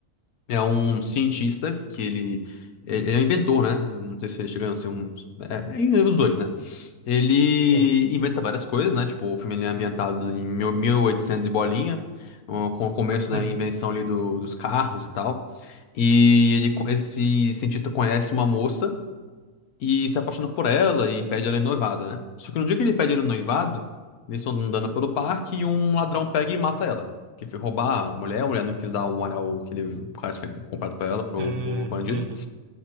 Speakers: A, on the left; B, on the right.
A: é um cientista que ele. Ele é um inventor, né? Não sei se ele chega a ser um. É, é os dois, né? Ele
B: Sim.
A: inventa várias coisas, né? Tipo, o filme ele é ambientado em mil- 1800 e bolinha, o- com o começo da
B: Hum.
A: invenção ali do- dos carros e tal. E ele, co- esse cientista conhece uma moça e se apaixona por ela e pede ela em noivado, né? Só que no dia que ele pede ela em noivado, eles estão andando pelo parque e um ladrão pega e mata ela. Que foi roubar a mulher, a mulher não quis dar o anel que ele- o cara tinha comprado pra ela, pro,
B: Hum,
A: pro bandido.
B: uhum.